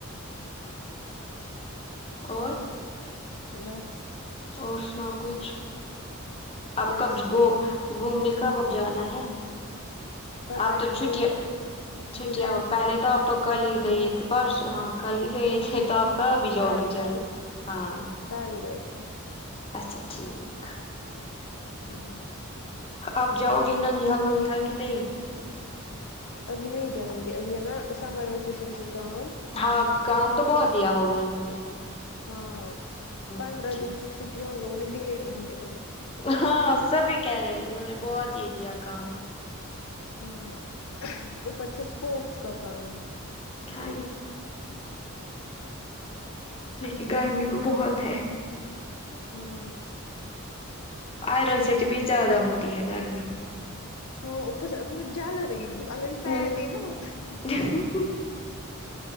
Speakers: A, on the left; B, on the left.
A: اور
B: بس
A: اور سناؤ کچھ اب
B: کیا
A: کب
B: سنو
A: گ گھومنے کب اب جانا ہے
B: پتا
A: اب
B: ہی
A: تو
B: نہیں
A: چھٹیا
B: بول رہے تھے
A: چھٹیاں
B: گریز
A: ہو
B: جائیں
A: پہلے تو
B: گے
A: آپ تو کل ہی گئے تھے پرسوں ہاں کل ہی گئے تھے تو کب
B: ہاں
A: بھی جاؤ
B: کل
A: گے جلدی
B: ک
A: ہاں
B: کال گئے تھ
A: اچھا ٹھیک
B: ہوں
A: آپ جاؤ <unintelligible> حل کی نہیں
B: ابھی نہیں جائیں گے ابھی ہے نا سمر ویکیشن کی کام
A: ہاں کام تو بہت دیا ہوگا انہوں نے
B: ہاں
A: اچھا
B: پندرہ
A: ٹھیک
B: دن کی چھٹی ہے ان لوگوں نے ڈیڑھ مہینے کا
A: ہاں سبھی کہہ رہے انہوں نے بہت دے دیا کام
B: ہاں اوپر سے اسپورٹس کا کام بھی
A: ہاں لیکن گرمی بھی بہت ہے
B: ہاں
A: آئرن سے تو بھی زیادہ ہوتی ہے گرمی
B: ہاں اوپر زیادہ جل رہی اگر فین
A: <unintelligible>
B: نہیں نا ہو